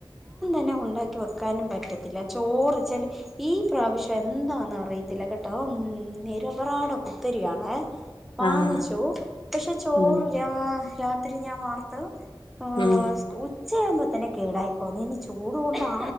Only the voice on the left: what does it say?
ആഹ്
ഉം
ഉം